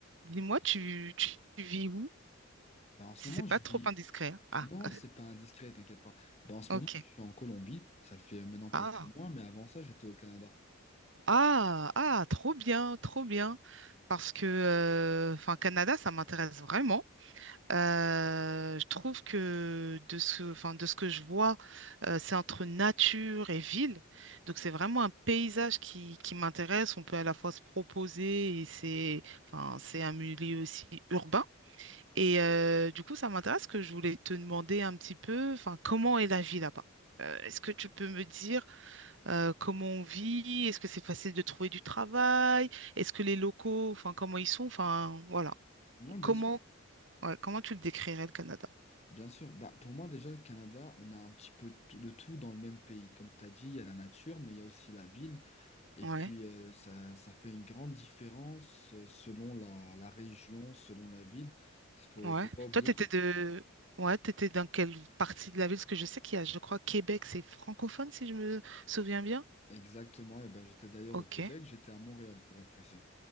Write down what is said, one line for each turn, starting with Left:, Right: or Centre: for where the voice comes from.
Right: Dis-moi, tu, tu vis où?
Left: Bah, en ce
Right: Si
Left: moment,
Right: c'est pas
Left: je
Right: trop
Left: vis.
Right: indiscret. hein.
Left: Non,
Right: Ah,
Left: c'est pas indiscret, t'inquiète pas. Bah, en ce
Right: ok.
Left: moment, je suis en Colombie. Ça fait maintenant quelques
Right: Ah,
Left: mois, mais avant ça, j'étais au Canada.
Right: ah, ah, trop bien, trop bien. Parce que, euh, enfin, Canada, ça m'intéresse vraiment. Euh, je trouve que de ce, enfin, de ce que je vois, euh, c'est entre nature et ville. Donc, c'est vraiment un paysage qui, qui m'intéresse. On peut à la fois se proposer et c'est, enfin, c'est un milieu aussi urbain. Et euh, du coup, ça m'intéresse que je voulais te demander un petit peu, enfin, comment est la vie là-bas? Euh, est-ce que tu peux me dire euh, comment on vit? Est-ce que c'est facile de trouver du travail? Est-ce que les locaux, enfin, comment ils sont? Enfin, voilà.
Left: Non, bien
Right: Comment,
Left: sûr.
Right: ouais, comment tu le décrirais, le Canada?
Left: Bien sûr. Bah, pour moi, déjà, le Canada, on a un petit peu tout- de tout dans le même pays. Comme tu as dit, il y a la nature, mais il y a aussi la ville. Et
Right: Ouais,
Left: puis, euh, ça, ça fait une grande différence euh, selon la, la région, selon la ville. Faut,
Right: ouais.
Left: faut pas oublier
Right: Toi, t'étais
Left: que le-
Right: de... Ouais, t'étais dans quelle partie de la ville? Parce que je sais qu'il y a, je crois, Québec, c'est francophone, si je me souviens bien.
Left: exactement, et ben, j'étais d'ailleurs
Right: Ok,
Left: au Québec, j'étais à Montréal, pour être précis.